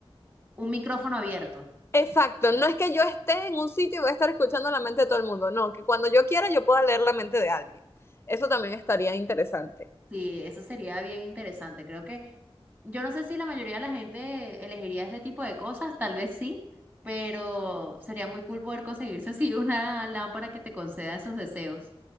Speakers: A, on the right; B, on the left.
A: un micrófono abierto.
B: Exacto, no es que yo esté en un sitio y voy a estar escuchando la mente de todo el mundo, no, que cuando yo quiera yo pueda leer la mente de alguien. Eso también estaría interesante.
A: Sí, eso sería bien interesante. Creo que yo no sé si la mayoría de la gente elegiría este tipo de cosas, tal vez sí, pero sería muy cool poder conseguirse así <laughs> una lámpara que te conceda esos deseos,